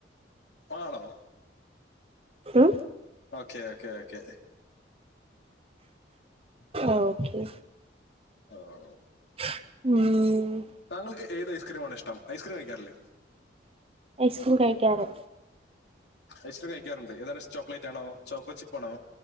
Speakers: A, on the left; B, on the right.
A: ആണോ
B: ഉം
A: ഓക്കെ ഓക്കെ ഓക്കെ ഉം <unintelligible>
B: ഓക്കെ
A: ഓഓ
B: ഉംഹ്
A: താങ്കൾക്ക് ഏത് ഐസ്ക്രീമാണ് ഇഷ്ടം ഐസ്‌ക്രീ കഴിക്കാറില്ലേ
B: ഐസ്ക്രൂം കഴിക്കാറ്
A: ഐസ്ക്രീം കഴിക്കാറുണ്ട് ഏതാണിശ്ടം ചോക്ലേറ്റാണോ, ചോക്കോ ചിപ്പാണോ,